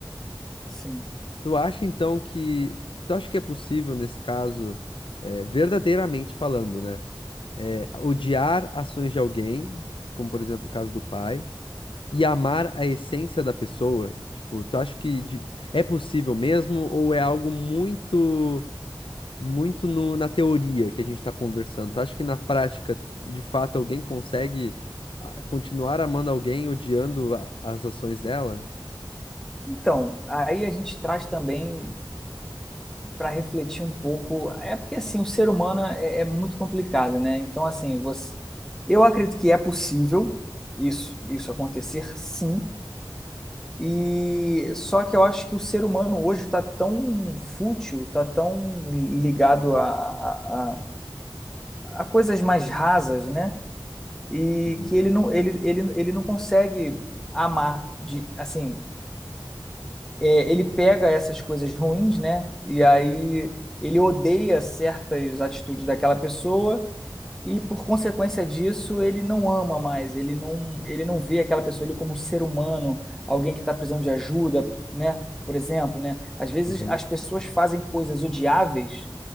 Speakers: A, in the centre; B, on the left.
A: Sim.
B: Tu acha então que. Tu acha que é possível, nesse caso, é, verdadeiramente falando, né? é, odiar ações de alguém, como por exemplo o caso do pai, e amar a essência da pessoa? Tipo, tu acha que de- é possível mesmo ou é algo muito, muito no- na teoria que a gente tá conversando? Tu acha que na prática, de fato, alguém consegue ah, continuar amando alguém odiando a- as ações dela?
A: Então, aí a gente traz também para refletir um pouco. É porque assim, o ser humano é, é muito complicado, né? Então, assim, você, eu acredito que é possível isso, isso acontecer, sim. E só que eu acho que o ser humano hoje está tão fútil, está tão ligado a, a, a a coisas mais rasas, né? E
B: Uhum.
A: que ele não, ele, ele, ele não consegue amar de, assim é, ele pega essas coisas ruins, né? E aí ele odeia certas atitudes daquela pessoa e por consequência disso ele não ama mais, ele não, ele não vê aquela pessoa ali como um ser humano, alguém que está precisando de ajuda, né? Por exemplo, né? Às vezes
B: Uhum.
A: as pessoas fazem coisas odiáveis,